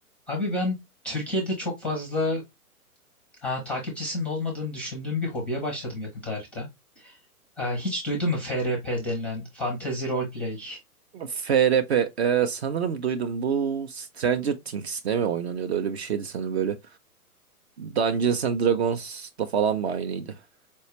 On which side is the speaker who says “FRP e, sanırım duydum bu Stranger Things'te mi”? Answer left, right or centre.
Right